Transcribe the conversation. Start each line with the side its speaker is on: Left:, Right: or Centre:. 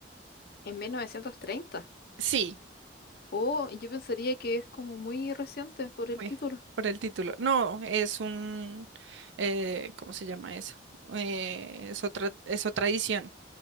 Left: En 1930.
Right: Sí,
Left: Oh, yo pensaría que es como muy reciente por el
Right: uy,
Left: título.
Right: por el título. No, es un, eh, ¿cómo se llama eso? Eh, es otra, es otra edición.